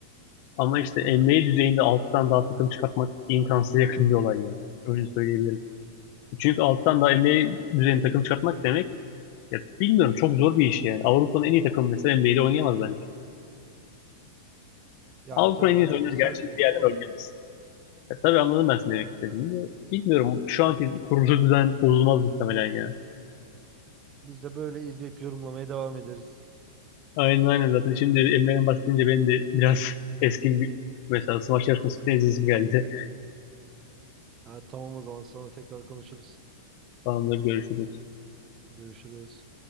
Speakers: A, on the left (about 45°); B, on the right (about 25°).
A: Ama işte NBA düzeyinde alttan daha takım çıkartmak imkansıza yakın bir olay ya. Öyle söyleyebilirim. Çünkü alttan daha NBA düzeyinde takım çıkartmak demek ya bilmiyorum çok zor bir iş yani. Avrupa'nın en iyi takımı mesela NBA'de oynayamaz bence.
B: Yani
A: Avrupa'nın
B: tabii
A: en
B: ben
A: iyi oynar
B: de misal
A: gerçi de
B: diyorum
A: bir yerler
B: ama
A: oynayamaz. Ya, tabii anladım ben seni demek istediğini. de. Bilmiyorum şu anki kurulu düzen bozulmaz muhtemelen ya.
B: biz de böyle izleyip yorumlamaya devam ederiz.
A: Aynen aynen zaten şimdi NBA'den bahsedince benim de biraz <laughs> eski bir mesela smaç yarışması izleyesim geldi.
B: Ha, tamam o zaman sonra tekrar konuşuruz.
A: Tamamdır görüşürüz.
B: Görüşürüz.